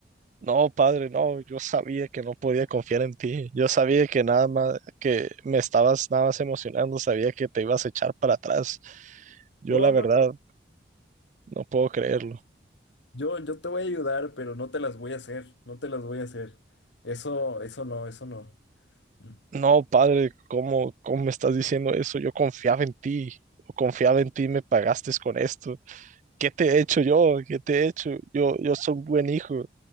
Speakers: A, on the right; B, on the left.
A: No, padre, no, yo sabía que no podía confiar en ti. Yo sabía que nada más, que me estabas nada más emocionando, sabía que te ibas a echar para atrás. Yo
B: No,
A: la verdad
B: no, no.
A: no puedo creerlo.
B: Yo, yo te voy a ayudar, pero no te las voy a hacer, no te las voy a hacer. Eso, eso no, eso no. Mm.
A: No, padre, ¿cómo, cómo me estás diciendo eso? Yo confiaba en ti. Yo confiaba en ti, me pagaste con esto. ¿Qué te he hecho yo? ¿Qué te he hecho? Yo, yo soy un buen hijo.